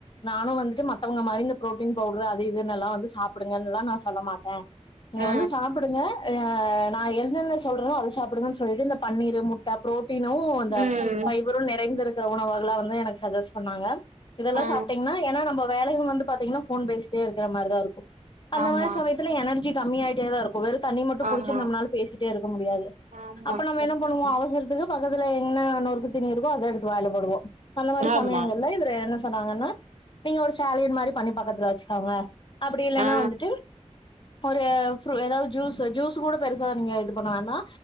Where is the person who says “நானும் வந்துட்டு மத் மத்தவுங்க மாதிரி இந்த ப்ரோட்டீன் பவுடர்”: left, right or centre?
Left